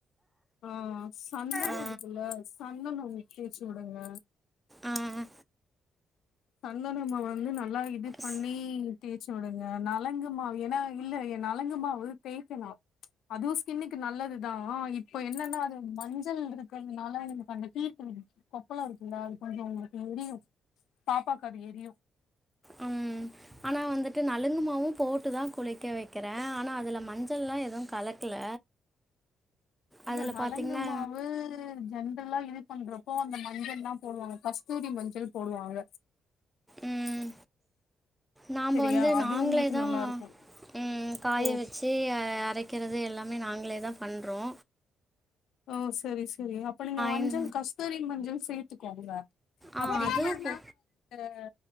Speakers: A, on the left; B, in the centre.
A: ஆஹ் சந்தனு
B: ஆ,
A: இருக்குல்ல சந்தனம் தேச்சு விடுங்க
B: ஆஹ்
A: சந்தனம்ம வந்து நல்லா இது பண்ணி
B: ஸ்-
A: தேய்ச்சு விடுங்க நலங்கு மாவு ஏன்னா இல்ல ஏ நலங்கு மாவு தேய்க்கலாம் அதுவும் ஸ்கின்னுக்கு நல்லதுதான் இப்போ என்னன்னா அது மஞ்சள் இருக்கிறதுனால <unintelligible> அந்த கீட்டு இரு கொப்பளம் இருக்குல்ல அது கொஞ்சோ உங்களுக்கு எரியும் பாப்பாக்கு அது எரியு
B: உம் ஆனா வந்துட்டு நலங்குமாவும் போட்டுதான் குளிக்க வைக்கிறேன் ஆனா அதுல மஞ்சள்லா எதுவும் கலக்கல
A: இல்ல
B: அதுல
A: நளங்க
B: பார்த்தீங்கன்னா
A: மாவு ஜென்ரலா இது பண்றப்போ அந்த மஞ்சள் லாம் போடுவாங்க கஸ்தூரி மஞ்சள் போடுவாங்க
B: ம் நாம்ப
A: செரியா
B: வந்து
A: அது
B: நாங்களே
A: உங்களுக்கு
B: தா
A: நல்லா இருக்கு
B: ம் காய
A: ஓ
B: வச்சு அ ரக்கிறது எல்லாமே நாங்களே தா பண்றோ
A: ஓ செரி ஸ் ஏ அப்ப நீங்க மஞ்சள்
B: இந்
A: கஸ்தூரி மஞ்சள் சேத்துக்கோங்க
B: ஆ
A: அப்டி
B: அதுவும்
A: இல்லன்னா
B: போ
A: வேற